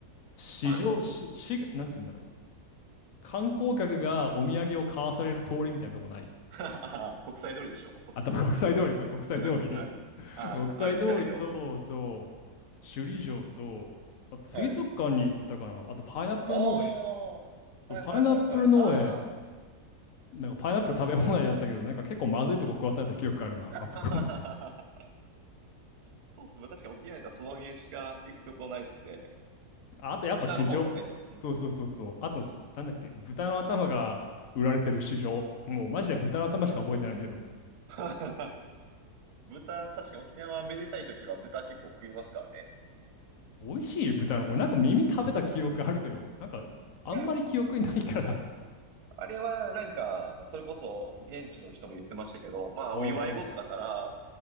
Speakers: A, on the left; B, on the right.
A: 市場、
B: はい。
A: 市、市、なんて言うんだろう。観光客がお土産を買わされる通りみたいなとこない
B: <laughs> 国際通りでしょ
A: あと、国際通り、そう、国際通り。
B: <laughs> はい。
A: <laughs>
B: ああ、
A: 国際通りと、
B: ありきたりの。
A: そう、首里城と、あ、水族館に行ったかな。
B: はい。
A: あと、パイナップル農園。
B: ああ、はいはいはいはい。
A: そう、パイナップル農園。
B: あ
A: なんか、パイナップル食べ放題だったけど、なんか結構まずいとこ食わされた記憶あるな、あそこ。
B: あ。<laughs> そうっす。まあ確かに沖縄やったらその辺しか行くとこないっすね。
A: ああとやっぱ市場。
B: 北の方っすね。うん。
A: そうそうそうそう。あと、なんだっけ、豚の頭が売られてる市場。もうマジで豚の頭しか覚えてないけど。
B: <laughs> 豚、確かに沖縄はめでたい時とか豚結構食いますからね。
A: 美味しい豚の、俺なんか耳食べた記憶あるけど、なんかあんまり記憶にないから。
B: いやあれはなんか、それこそ現地の人も言ってましたけど、
A: <laughs>
B: まあお祝い事だから、
A: おうおう。